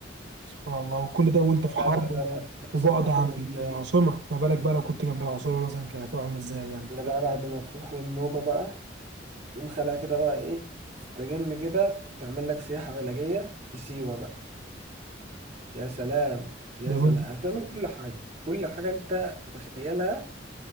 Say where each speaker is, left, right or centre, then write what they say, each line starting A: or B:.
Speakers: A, on the right (about 70°); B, on the right (about 35°).
A: سبحان الله وكل ده وانت في حرب
B: لا لا لا لا لا، الثقافه
A: وبعد عن
B: النوبيه
A: العاصمه
B: دي
A: ما بالك بقى لو كنت جنب العاصمه مثلا كانت هتبقى عامله ازاي يعني انت
B: اللي
A: فاهم
B: بقى بعد ما تروح للنوبه بقى تقوم خلاها كده بقى ايه تستجم كده وتعمل لك سياحه علاجيه في سيوه بقى يا سلام يا
A: جميل
B: سلام هتعمل كل حاجه كل حاجه انت تتخيلها